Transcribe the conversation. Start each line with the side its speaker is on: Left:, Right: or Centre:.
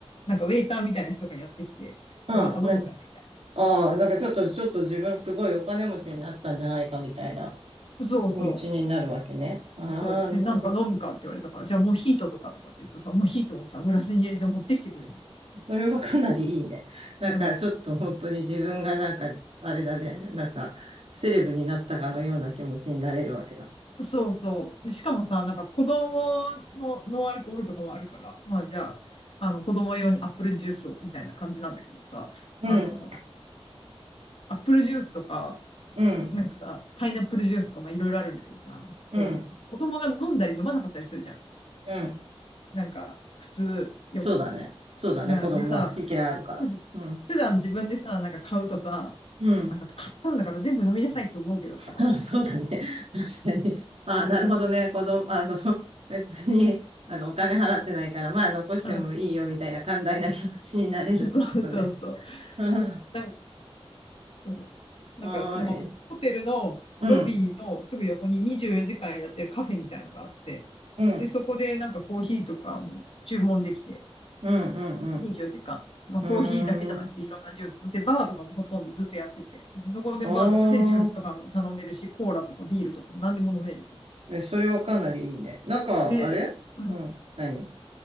Left: なんかウェイターみたいな人がやってきて、
Right: うん。
Left: こうなんか飲むかみたい
Right: なああ、なんかちょっと、ちょっと自分すごいお金持ちになったんじゃないかみたいな
Left: な。そうそ
Right: 気持ちになるわけね。ああ、
Left: う。そう。
Right: なるほど。
Left: で、なんか飲むかって言われたから、じゃあモヒートとかとかって言うとさ、モヒートをさ、グラスに入れて持ってきてくれんのよ。
Right: それはかなりいいね。なんかちょっと本当に自分がなんか、
Left: うん。
Right: あれだね、なんか、セレブになったかのような気持ちになれるわけだ。
Left: そうそう。でしかもさ、なんか子供のノンアルコールとかもあるから、まあじゃあ、あの子供用にアップルジュースをみたいな感じなんだけどさ、
Right: うん、
Left: あの、アップルジュースとか、
Right: うん、
Left: なんかさ、パイナップルジュースとかまあいろいろあるんだけどさ、こう、
Right: うん、
Left: 子供が飲んだり飲まなかったりするじゃん。
Right: うん。
Left: なんか、普通、よく。
Right: そうだね。そうだね。
Left: うんでさ、
Right: 子供は好き嫌いあるから。
Left: ふ普段自分でさ、
Right: うん、
Left: なんか買うとさ、
Right: うん。
Left: なんか買ったんだから全部飲みなさいと思うけどさ、
Right: <laughs> あ、そうだね。<laughs> 確かに。あ、なるほどね。子供、あの、<laughs> 別に、あの、お金払ってないから、まあ、残してもいいよ、
Left: うん、
Right: みたいな寛大な気持ちになれるってことね。
Left: そうそうそう。
Right: <laughs>
Left: なんか、そう。
Right: ああー、
Left: なんかその、
Right: え
Left: ホテルのロビーのすぐ横に24時間やってるカフェみたいのがあって、
Right: うん、うん、
Left: で、そこでなんかコーヒーとかも注文できて、
Right: うん、うん、
Left: 24時間。まあ、
Right: うん。
Left: コーヒーだけじゃなくていろんなジュース。
Right: うーん。
Left: で、バーとかもほとんどずっとやってて。でそこでバーとかでジュースとかも頼めるし、
Right: おー、
Left: コーラとかビールとかも何でも飲める感じ。
Right: え、それはかなりいいね。なんか、
Left: で、
Right: あれうん、
Left: うん。
Right: 何